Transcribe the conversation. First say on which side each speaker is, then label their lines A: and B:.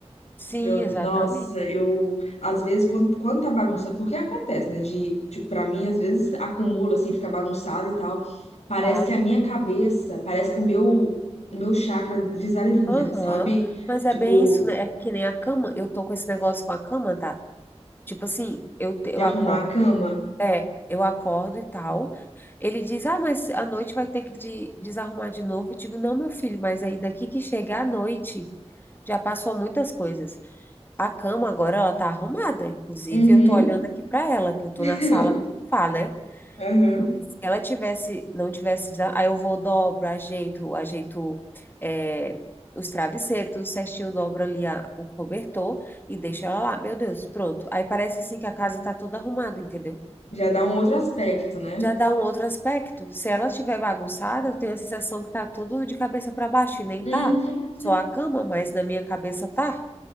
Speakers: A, on the left; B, on the left.
A: Sim,
B: Eu-
A: exatamente.
B: nossa, eu às vezes quando, quando tá bagunçado, porque acontece, né? De, tipo, pra mim, às vezes acumula assim, fica bagunçado e tal. Parece
A: Ah,
B: que a minha cabeça, parece que o meu, o meu chakra desalinha,
A: Aham,
B: sabe?
A: Mas
B: Tipo,
A: é bem isso, né? É que nem a cama. Eu tô com esse negócio com a cama, tá? Tipo assim, eu, te- eu
B: de arrumar
A: acordo.
B: a cama.
A: É, eu acordo e tal. Ele diz, ah, mas à noite vai ter que de- desarrumar de novo. Eu digo, não, meu filho, mas aí daqui que chega à noite, já passou muitas coisas. A cama agora ela tá arrumada, inclusive
B: Uhum,
A: eu tô olhando aqui para ela, que eu tô
B: <laughs>
A: na sala no sofá, né?
B: aham.
A: Mas se ela tivesse, não tivesse, desa- aí eu vou dobro, ajeito, ajeito é, os travesseiros, tudo certinho, dobro ali a- o cobertor e deixo ela lá. Meu Deus, pronto. Aí parece assim que a casa tá toda arrumada, entendeu?
B: Já dá um outro aspecto, né?
A: Já dá um outro aspecto. Se ela estiver bagunçada, eu tenho a sensação que tá tudo de cabeça para baixo e nem
B: Uhum.
A: tá. Só a cama, mas na minha cabeça tá.